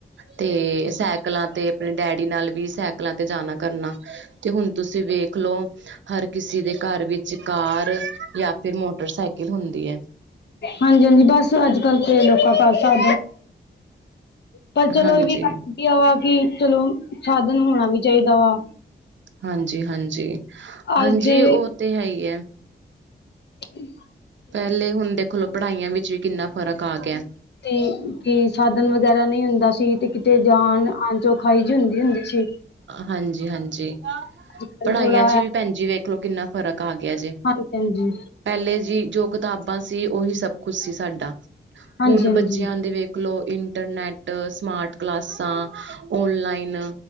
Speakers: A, on the right; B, on the left.
A: ਤੇ ਸਾਈਕਲਾਂ ਤੇ ਆਪਣੇ ਡੈਡੀ ਨਾਲ ਵੀ ਸਾਈਕਲਾਂ ਤੇ ਜਾਣਾ ਕਰਨਾ। ਤੇ ਹੁਣ ਤੁਸੀਂ ਵੇਖ ਦੇਖਲੋ, ਹਰ ਕਿਸੇ ਦੇ ਘਰ ਵਿੱਚ ਕਾਰ ਯਾ ਫਿਰ ਮੋਟਰਸਾਈਕਲ ਹੁੰਦੀ ਐ।
B: ਹਾਂਜੀ-ਹਾਂਜੀ, ਬਸ ਅੱਜ-ਕੱਲ ਤੇ ਲੋਕਾਂ ਘਾਰ ਸਾਬ ਪਰ ਚਲੋ,
A: ਹਾਂਜੀ,
B: ਏਹ ਵੀ ਕਰਦੀ ਆ ਵਾ ਕਿ ਚਲੋ ਸਾਧਨ ਹੋਣਾ ਵੀ ਚਾਹੀਦਾ ਵਾ।
A: ਹਾਂਜੀ-ਹਾਂਜੀ, ਹਾਂਜੀ,
B: ਅੱਜ ਦੇ
A: ਓਹ ਤੇ ਹੈ ਈ ਐ।
B: ਹੂੰ।
A: ਪੈਹਲੇ ਹੁਣ ਦੇਖ ਲਵੋ, ਪੜ੍ਹਾਈਆਂ ਵਿੱਚ ਵੀ ਕਿੰਨਾ ਫ਼ਰਕ ਆ ਗੇਆ।
B: ਤੇ ਕੀ ਸਾਧਨ ਵਗੈਰਾ ਨਈ ਹੁੰਦਾ ਸੀ ਤੇ ਕਿਤੇ ਜਾਨ-ਆਣ ਚੋ ਖਾਈ ਜਿ ਹੁੰਦੀ-ਹੁੰਦੀ ਸੀ।
A: ਹਾਂਜੀ, ਹਾਂਜੀ,
B: ਅੱਜ-ਕੱਲ
A: ਪੜ੍ਹਾਈਆਂ
B: ਥੋੜਾ
A: ਚ ਵੀ ਭੈਣਜੀ ਵੇਖਲੋ, ਕਿੰਨਾ ਫ਼ਰਕ ਆ ਗਿਆ ਜੇ।
B: ਹਾਂਜੀ-ਹਾਂਜੀ,
A: ਪੈਹਲੇ ਜੀ ਜੋ, ਕਤਾਬਾਂ ਸੀ, ਉਹੀ ਸਭ ਕੁਛ ਸੀ ਸਾਡਾ।
B: ਹਾਂਜੀ-ਹਾਂਜੀ,
A: ਹੁਣ ਬੱਚਿਆਂ ਦੇ ਵੇਖ ਲੋ ਇੰਟਰਨੈਟ ਸਮਾਰਟ ਕਲਾਸਾਂ ਓਨਲਾਈਨ